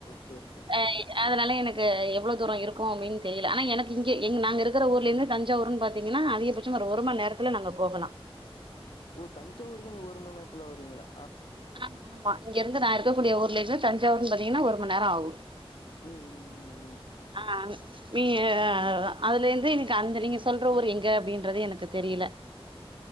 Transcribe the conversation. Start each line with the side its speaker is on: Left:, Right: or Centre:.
Left: சரி சரி
Right: அ அதனால எனக்கு எவ்ளோ தூரோ இருக்கும் அப்டின்னு தெரில ஆனா எனக் இங்க எங் நாங்க இருக்கற ஊர்லேந்து தஞ்சாவூரு பாத்தீங்கன்னா அதிகபட்சம் ஒரு மண் நேரத்துல நாங்க போகலா
Left: ஓ தஞ்ச ஊருக்கே நீங்க ஒரு மண்நேரத்துல வருவீங்களா
Right: ஆ ஆமா இங்க இருந்து நா இருக்கக்கூடிய ஊர்ல இருந்து தஞ்சாவூர்னு பாத்தீங்கன்னா ஒரு மண் நேரோ ஆகும்
Left: ம் ம் ம்
Right: அ நீ அதுலேந்து இன்னிக்கு அந்த நீங்க சொல்ற ஊர் எங்க அப்டின்றது எனக்கு தெரியல